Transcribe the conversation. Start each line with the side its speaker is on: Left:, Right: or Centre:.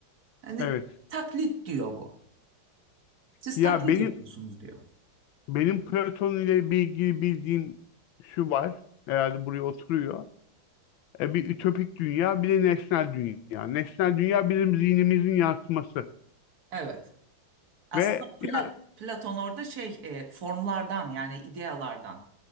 Right: Hani
Left: evet.
Right: taklit diyor bu. Siz
Left: Ya
Right: taklit
Left: benim
Right: yapıyorsunuz diyor.
Left: benim Platon ile ilgili bildiğim şu var. Herhalde buraya oturuyor. E, bir ütopik dünya, bir de nesnel dünya. Nesnel dünya bizim zihnimizin yansıması
Right: Evet. Aslında
Left: ve ya-
Right: Pla- Platon orada şey e, formlardan yani idealardan